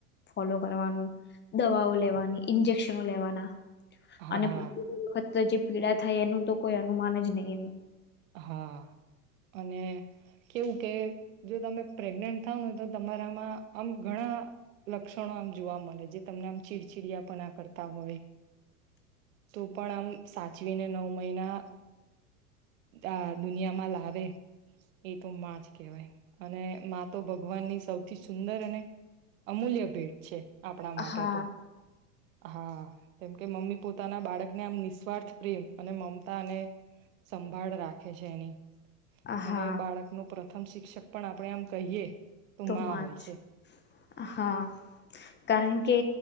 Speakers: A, on the left; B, on the right.
A: ફોલો કરવાનું દવાઓ લેવાની ઇન્જેક્શનો લેવાના.
B: હા.
A: અને વખત જે પીડા થાય એનું તો કોઈ અનુમાન જ નહીં એમે.
B: હા અને કેવું કે જો તમે પ્રેગ્નેન્ટ થાવ નેય તો તમારામાં આમ ઘણા લક્ષણો આમ જોવા મળે જે તમને આમ ચીડચીડિયાપ ના કરતા હોય તો પણ આમ સાચવીને નવ મહિના આ દુનિયામાં લાવે એ તો માં જ કહેવાય અને તો ભગવાન ની સૌથી સુંદર અને અમૂલ્ય ભેટ છે. આપણા માટે
A: હા
B: તો. હા કેમકે મમ્મી પોતાના બાળકને આમ નિસ્વાર્થ પ્રેમ અને મમતા અને ભાળ રાખે છે એની.
A: હા
B: અને બાળકનો પ્રથ પ્રથમ શિક્ષક પણ આપણે આમ કહીએ.
A: તો
B: માં
A: મા
B: હોય
A: જ
B: છે
A: હા કારણ કે